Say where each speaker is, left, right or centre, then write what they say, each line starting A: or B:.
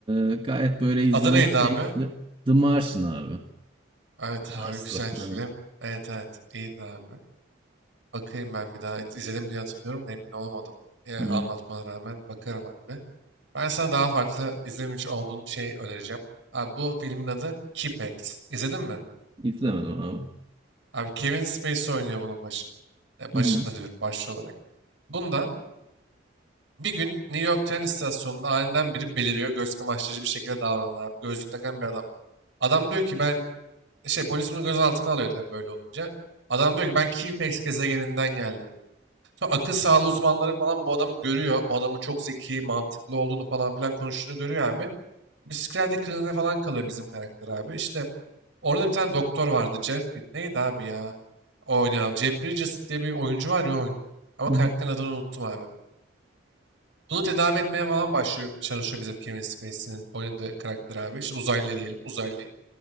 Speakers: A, on the right (about 25°); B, on the right (about 70°).
A: eee, gayet böyle izlemesi
B: Adı neydi abi?
A: keyifli. The Martian abi.
B: Evet
A: Marslı.
B: abi güzel film.
A: Hı.
B: Evet evet iyiydi abi. Bakayım ben bir daha. İz- izledim diye hatırlıyorum da emin olamadım. Ya,
A: Hı.
B: anlatmana rağmen bakarım abi. Ben sana daha farklı izlemiş olduğun bir şey önereceğim. Abi bu filmin adı Kipex. İzledin mi?
A: İzlemedim abi.
B: Abi Kevin Spacey oynuyor bunun başında. E,
A: hı.
B: başında diyorum başlı olarak. Bunda bir gün New York tren istasyonunda aniden biri beliriyor. Göz kamaştırıcı bir şekilde davranan abi. Gözlük takan bir adam. Adam diyor ki ben Şey polis bunu gözaltına alıyor tabii böyle olunca. Adam diyor ki ben Keyflex gezegeninden geldim. Sonra akıl sağlığı uzmanları falan bu adamı görüyor. Bu adamın çok zeki, mantıklı olduğunu falan filan konuştuğunu görüyor abi. Bir Psikiyatri falan kalıyor bizim karakter abi. İşte orada bir tane doktor vardı. Jeff mi- neydi abi ya? O oynayan. Jeff Bridges diye bir oyuncu var ya o oynuyor. Ama
A: Hı
B: karakterin
A: hı.
B: adını unuttum abi. Bunu tedavi etmeye falan başlıyor, çalışıyor bizim Kevin Spacey'nin oynadığı karakter abi. İşte uzaylı diyelim, uzaylı.